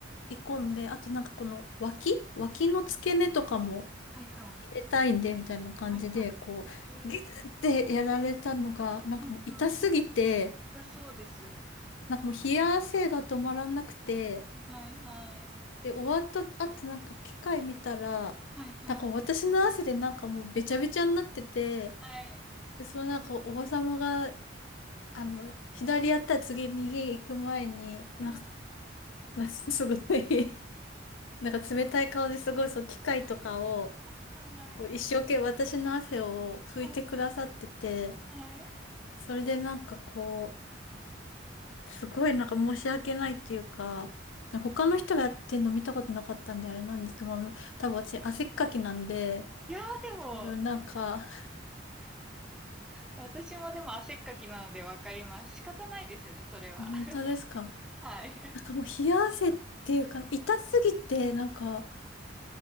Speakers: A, on the left; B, in the centre.
A: い込んで、あとなんかこの脇、脇の付け根とかも
B: はい、はい、はい、
A: 入れたいんで、みたいな感じで、
B: はい、はい。
A: こう、
B: え
A: ギューってやられたのが、
B: ー
A: なんかもう痛すぎて、
B: はい、はい。だそうです。
A: なんかもう冷や汗が止まらなくて、
B: はいはい。
A: で、終わった後なんか機械見たら、
B: はいはい。
A: なんか私の汗でなんかもうべちゃべちゃになってて、
B: はい。
A: で、そのなんかおばさまが、あの、左やったら次右行く前に、なんか、
B: は
A: なんかすごい <laughs> なんか冷たい顔ですごい、そう、機械とかを、
B: いはい。
A: こう一生懸命私の汗を拭いてくださってて、
B: はいはい。
A: それでなんかこう、すごいなんか申し訳ないっていうか、他の人がやってんの見たことなかったんであれなんですけど、まあ、多分私汗っかきなんで、
B: いやーでも、
A: 多分なんか、
B: 私もでも汗っかきなのでわかります。仕方ないですよね、それは。
A: あ、本当ですか。
B: はい。
A: なんかもう冷や汗っていうか、痛すぎて、なんか、